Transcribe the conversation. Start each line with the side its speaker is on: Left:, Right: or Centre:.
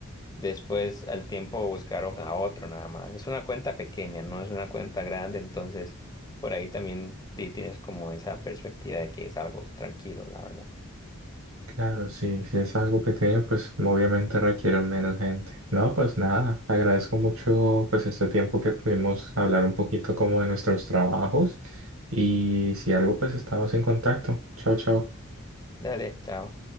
Left: Después, al tiempo, buscaron a otro nada más. Es una cuenta pequeña, no es una cuenta grande, entonces por ahí también di- tienes como esa perspectiva de que es algo tranquilo, la verdad.
Right: Claro, sí, si es algo pequeño, pues obviamente requieren menos gente. No, pues nada, agradezco mucho pues este tiempo que pudimos hablar un poquito como de nuestros trabajos y si algo pues estamos en contacto. Chao, chao.
Left: Dale, chao.